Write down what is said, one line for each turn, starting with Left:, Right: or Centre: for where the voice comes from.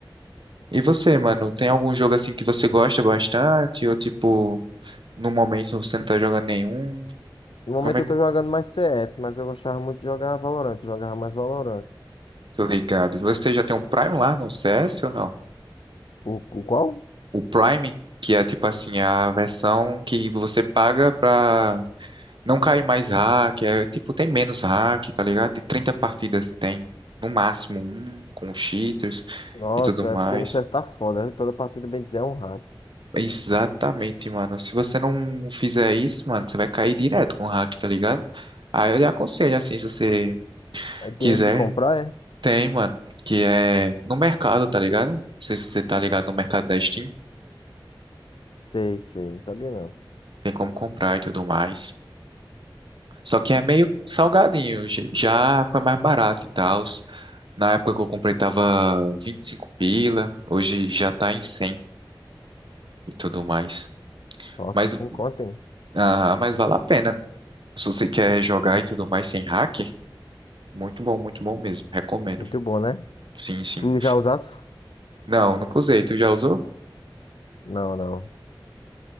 Right: E você, mano, tem algum jogo assim que você gosta bastante ou, tipo, no momento você não tá jogando nenhum?
Left: No momento
Right: Como é
Left: eu
Right: que
Left: tô jogando mais CS, mas eu gostava muito de jogar Valorant, eu jogava mais Valorant.
Right: tô ligado? Você já tem um Prime lá no CS ou não?
Left: O, o qual?
Right: O Prime, que é, tipo assim, a versão que você paga pra Não cai mais hack, é, tipo, tem menos hack, tá ligado? De 30 partidas tem no máximo um com os cheaters
Left: Nossa,
Right: e tudo mais.
Left: é porque no CS tá foda. né? Toda partida, bem dizer, é um rato.
Right: Exatamente, mano. Se você não fizer isso, mano, você vai cair direto com o hack, tá ligado? Aí eu lhe aconselho, assim, se você
Left: Aí tem
Right: quiser,
Left: esse de comprar, é?
Right: tem, mano, que é no mercado, tá ligado? Não sei se você tá ligado no mercado da Steam,
Left: Sei, sei. Não sabia não.
Right: tem como comprar e tudo mais. Só que é meio salgadinho. j- Já foi mais barato e tal. Na época que eu comprei tava 25 pila. Hoje já tá em 100 e tudo mais.
Left: Nossa,
Right: Mas,
Left: sem conta, hein?
Right: ah, mas vale a pena. Se você quer jogar e tudo mais sem hack, muito bom, muito bom mesmo. Recomendo.
Left: Muito bom, né?
Right: Sim, sim.
Left: Tu já usasse?
Right: Não, nunca usei. Tu já usou?
Left: Não, não.